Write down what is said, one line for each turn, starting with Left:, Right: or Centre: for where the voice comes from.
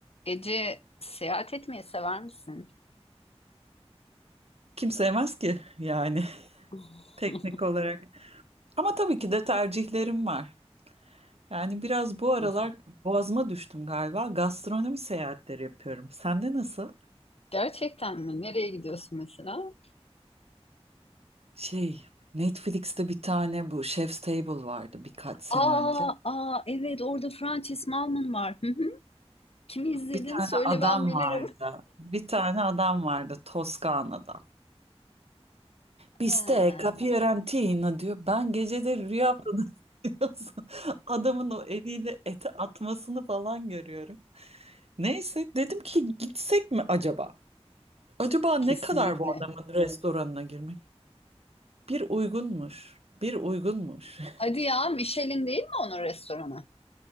Left: Ece seyahat etmeyi sever misin?
Right: Kim sevmez ki yani
Left: <laughs>
Right: <laughs> teknik olarak. Ama tabii ki de tercihlerim var. Yani biraz bu aralar
Left: Mesela.
Right: boğazıma düştüm galiba. Gastronomi seyahatleri yapıyorum. Sende nasıl?
Left: Gerçekten mi? Nereye gidiyorsun mesela?
Right: Şey, Netflix'te bir tane bu Chef's Table vardı birkaç sene
Left: Aa,
Right: önce.
Left: aa evet orada Frances Malman var. Hı hı. Kimi izledin?
Right: Bir tane
Left: Söyle
Right: adam
Left: ben bilirim.
Right: vardı.
Left: <laughs>
Right: Bir tane adam vardı Toskana'da. Bistec,
Left: Ha,
Right: capirantina diyor. Ben geceleri rüyamda <laughs> diyorsun. Adamın o eliyle eti atmasını falan görüyorum. Neyse dedim ki gitsek mi acaba? Acaba ne
Left: kesinlikle.
Right: kadar bu adamın restoranına girmek? Bir uygunmuş. Bir uygunmuş. <laughs>
Left: Hadi ya Michelin değil mi onun restoranı?